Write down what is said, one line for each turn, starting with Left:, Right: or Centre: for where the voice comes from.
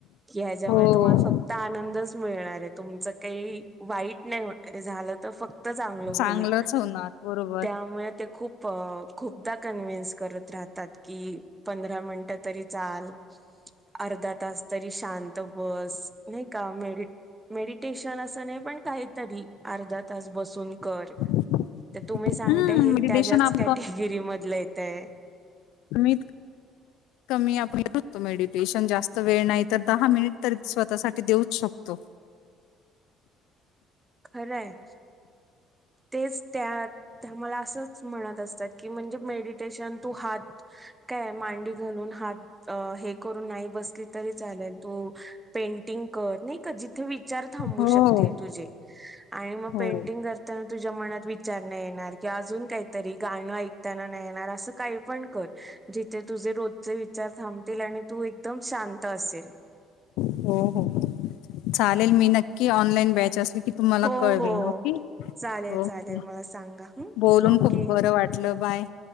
Right: कि ह्याच्यामुळे
Left: हो.
Right: तुम्हाला फक्त आनंदच मिळणार आहे. तुमच काही वाईट नाहीे झालं तर फक्त चांगलं
Left: चांगलंच
Right: होईल,
Left: होणार बरोबर
Right: त्यामुळे ते खूप खूपदा कन्व्हिन्स करत राहतात की, पंधरा मिनिटं तरी चाल. अर्धा तास तरी शांत बस. नाही का? मेड मेडिटेशन असं नाही, पण काहीतरी अर्धा तास बसून कर.
Left: <inaudible>
Right: तर तुम्ही सांगताय,
Left: हम्म
Right: हे
Left: मेडिटेशन
Right: त्याच्याच
Left: आप
Right: कॅटेगरी मधलं येतंय.
Left: अमित कमी आपण करतो. मेडिटेशन जास्त वेळ नाही तर दहा मिनिट तरी स्वतःसाठी देऊच शकतो.
Right: खरंय. तेच, त्या मला असंच म्हणत असतात की, म्हणजे मेडिटेशन टू हार्ड काय, मांडी घालून? हे करून नाही बसली तरी चालेल. तू पेंटिंग कर, नाही का, जित विचार थांबू
Left: हो
Right: शकतील तुझे आणि मग
Left: हो.
Right: पेंटिंग कर. त्यानं तुझ्या मनात विचार नाही, येणार किंवा अजून काहीतरी गाणं ऐकताना नाही येणार, असं काही पण कर. जिथे तुझे रोजचे विचार थांबतील आणि तू एकदम शांत असेल.
Left: हो-हो, चालेल. मी नक्की ऑनलाईन बॅच असली की तुम्हाला
Right: हो
Left: कळवेल
Right: हो
Left: ओके
Right: चालेल
Left: ओके
Right: चालेल मला सांगा हं,
Left: बोलून
Right: ओके
Left: खूप बरं वाटलं bye.